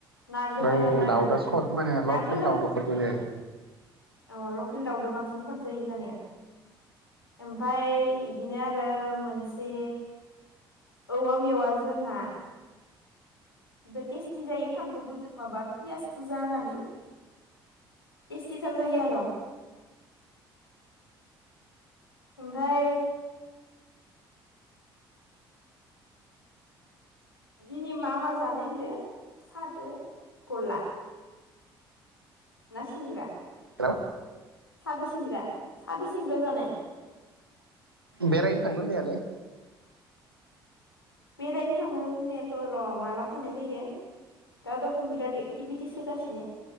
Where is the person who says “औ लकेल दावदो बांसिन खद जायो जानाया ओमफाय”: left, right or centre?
Left